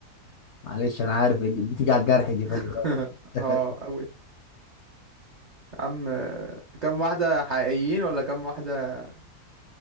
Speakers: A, on the left; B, on the right.
A: معلش انا عارف بتيجي على الجرح دي
B: <laughs>
A: خلي بالك
B: اه قوي عم كم واحدة حقيقيين ولا كم واحدة